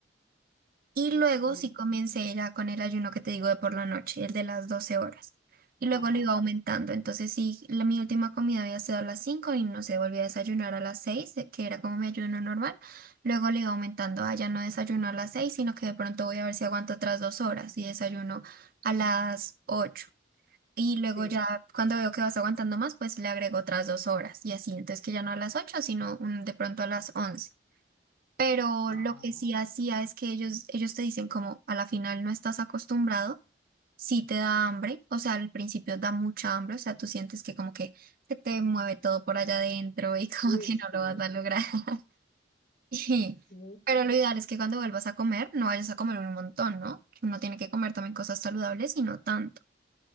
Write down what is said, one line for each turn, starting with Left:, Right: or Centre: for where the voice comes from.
Right: Y luego
Left: Mm,
Right: sí comencé ya con el ayuno que te digo de por la noche, el de las 12 horas. Y
Left: ajá,
Right: luego lo iba aumentando, entonces sí, la, mi última comida había sido a las 5 y no sé, volví a desayunar a las seis eh, que era como mi ayuno normal. Luego le iba aumentando, ah, ya no desayuno a las 6 sino que de pronto voy a ver si aguanto otras dos horas y desayuno a las ocho y luego
Left: sí.
Right: ya cuando veo que vas aguantando más, pues le agrego otras dos horas y así. Entonces que ya no a las 8 sino mm, de pronto a las once Pero
Left: Ah,
Right: lo que sí hacía es que ellos, ellos te dicen como a la final no estás acostumbrado, sí te da hambre, o sea, al principio da mucha hambre, o sea, tú sientes que como que se te mueve todo por allá adentro y <laughs> como
Left: uy,
Right: que no
Left: sí.
Right: lo vas a lograr. <laughs> Y-
Left: Sí,
Right: Pero lo ideal es que cuando vuelvas a comer, no vayas a comer un montón, ¿no? Que Uno tiene que comer también cosas saludables y no tanto.